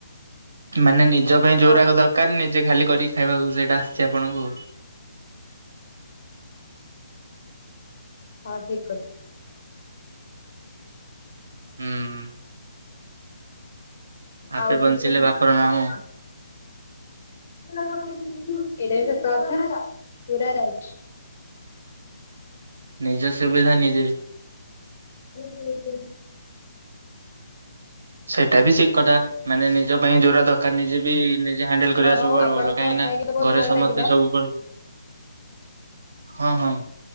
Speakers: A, on the right (about 65°); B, on the left (about 55°).
A: ମାନେ ନିଜ ପାଇଁ ଯୋଉରାଗ
B: ହଁ
A: ଦରକାର ନିଜେ ଖାଲି କରିକି ଖାଇବାକୁ ସେଇଟା ଆସିଛି ଆପଣଙ୍କୁ।
B: ହଁ ଠିକ କରିଛି।
A: ହୁଁ ଆପେ
B: ଆଉ
A: ବଞ୍ଚିଲେ
B: କିଛି ମ। <unintelligible>
A: ବାପର ନାମ
B: ଏଇଟା ବି ସତ କଥା ପୁରା ରାଇଟ।
A: ନିଜ ସୁବିଧା ନିଜେ।
B: <inaudible>
A: ସେଇଟା ବି ଠିକ କଥା ମାନେ ନିଜ ପାଇଁ ଯୋଉଟା ଦର କାର ନିଜେ ବି ନିଜେ ହ୍ୟାଣ୍ଡେଲ କରିବା
B: ହଉ
A: ସବୁବେଳେ
B: ଆପଣଙ୍କ
A: ଭଲ। କାହିଁକି
B: ସହ କଥା
A: ନା
B: ହେଇକି ତ ବହୁତ
A: ଘରେ
B: ଭଲ
A: ସମସ୍ତେ
B: ଲାଗିଲା
A: ସବୁ ହଁ ହଁ।